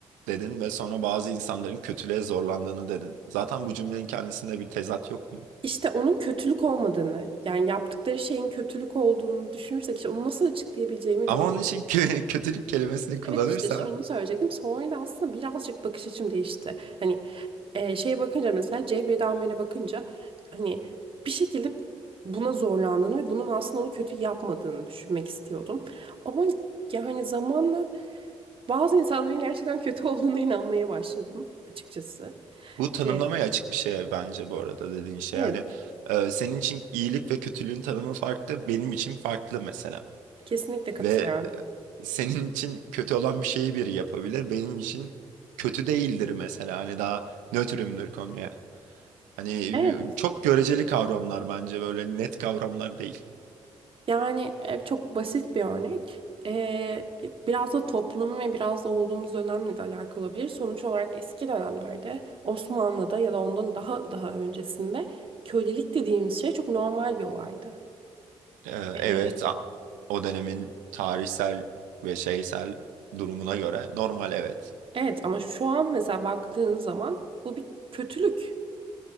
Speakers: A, on the right; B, on the right.
A: dedin ve sonra bazı insanların kötülüğe zorlandığını dedin. Zaten bu cümlenin kendisinde bir tezat yok mu?
B: işte onun kötülük olmadığını yani yaptıkları şeyin kötülük olduğunu düşünürsek işte onu nasıl açıklayabileceğimi
A: Ama
B: bilmiyorum.
A: onun için kö- <laughs> kötülük kelimesini kullanırsan
B: Evet işte şunu söyleyecektim. Sonra da aslında birazcık bakış açım değişti. Hani Ee, şeye bakınca mesela Cevriye Damir'e bakınca hani bir şekilde buna zorlandığını ve bunun aslında onu kötü yapmadığını düşünmek istiyordum. Ama yani zamanla bazı insanların gerçekten kötü olduğuna inanmaya başladım açıkçası.
A: Bu tanımlamaya
B: Evet,
A: açık bir şey bence bu arada dediğin şey.
B: Evet,
A: Yani e, senin için iyilik ve kötülüğün tanımı farklı, benim için farklı mesela.
B: kesinlikle katılıyorum.
A: Ve senin için kötü olan bir şeyi biri yapabilir, benim için kötü değildir mesela. Hani daha nötrümdür konuya. Hani
B: Evet.
A: çok göreceli kavramlar bence böyle net kavramlar değil.
B: Yani e, çok basit bir örnek. E, biraz da toplum ve biraz da olduğumuz dönemle de alakalı olabilir. Sonuç olarak eski dönemlerde Osmanlı'da ya da ondan daha daha öncesinde kölelik dediğimiz şey çok normal bir olaydı.
A: Ee,
B: Ee,
A: evet a- o dönemin tarihsel ve şeysel durumuna göre normal evet.
B: Evet ama şu an mesela baktığın zaman bu bir kötülük.